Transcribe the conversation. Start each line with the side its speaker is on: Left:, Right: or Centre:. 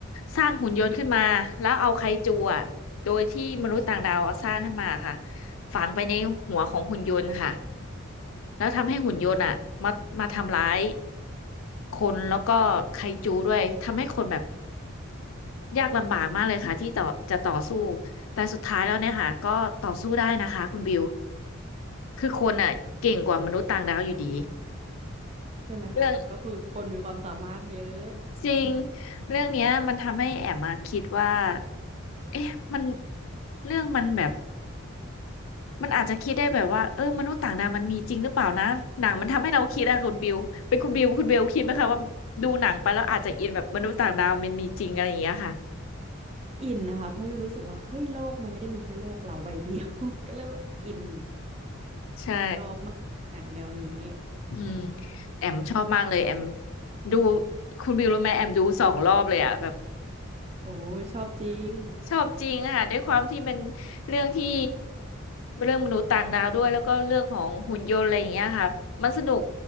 Left: สร้างหุ่นยนต์ขึ้นมาแล้วเอาไคจูอะโดยที่มนุษย์ต่างดาวอะสร้างขึ้นมาค่ะฝังไปในหัวของหุ่นยนต์ค่ะแล้วทำให้หุ่นยนต์อะมามาทำร้ายคนแล้วก็ไคจูด้วยทำให้คนแบบ ยากลำบากมากเลยค่ะที่จะจะต่อสู้ แต่สุดท้ายแล้วเนี่ยค่ะก็ต่อสู้ได้นะคะคุณบิวคือคนอ่ะเก่งกว่ามนุษย์ต่างดาวอยู่ดี
Right: ใช่ไหมคะก็คือคนมีความสามารถเยอะ
Left: เรื่องจริงเรื่องเนี้ยมันทำให้แอบมาคิดว่าเอ๊ะมันเรื่องมันแบบมันอาจจะคิดได้แบบว่าเออมนุษย์ต่างดาวมันมีจริงหรือเปล่านะหนังมันทำให้เราคิดอะคุณบิวเป็นคุณบิวคุณเบลคิดไหมคะว่าดูหนังไปแล้วอาจจะอินแบบมนุษย์ต่างดาวมันมีจริงอะไรอย่างเงี้ยค่ะ
Right: อินนะคะเพราะวิวรู้สึกว่าเฮ้ยโลกมันไม่ได้มีแค่โลกเราใบเดียว <laughs> ก็เลยแบบอิน
Left: <laughs> ใช่
Right: ชอบมากหนังแนวนี้
Left: อืมแอมชอบมากเลยแอมดูคุณบิวรู้ไหมแอมดูสองรอบเลยอ่ะแบบ
Right: โอ้ชอบจริง
Left: ชอบจริงค่ะด้วยความที่เป็นเรื่องที่เรื่องมนุษย์ต่างดาวด้วยแล้วก็เรื่องของหุ่นยนต์อะไรอย่างเงี้ยค่ะมันสนุก